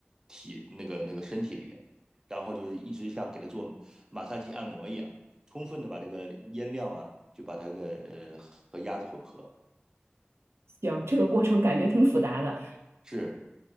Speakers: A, on the right; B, on the right.
A: 体那个那个身体里边，然后就是一直像给它做马杀鸡按摩一样，充分的把这个腌料啊就把它个呃和鸭子混合，
B: 行，这个过程感觉挺复杂的，
A: 是